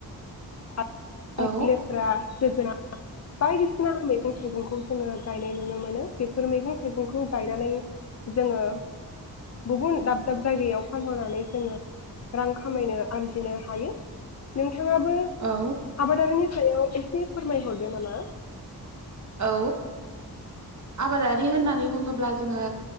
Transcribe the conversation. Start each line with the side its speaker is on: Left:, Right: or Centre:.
Left: <unintelligible>
Right: औ
Left: लेथ्रा जोगोनार बायदिसिना मैगं थाइगंखौ जोङो गायनाय नुनो मोनो बेफोर मैगं थाइगंखौ गायनानै जोङो गुबुन दाब दाब जायगायाव फानहरनानै जोङो रां खामायनो आरजिनो हायो। बिथाङाबो
Right: औ
Left: आबादारिनि सायाव एसे से फोरमायहरदो नामा।
Right: औ आबादारि होननानै बुङोब्ला जोङो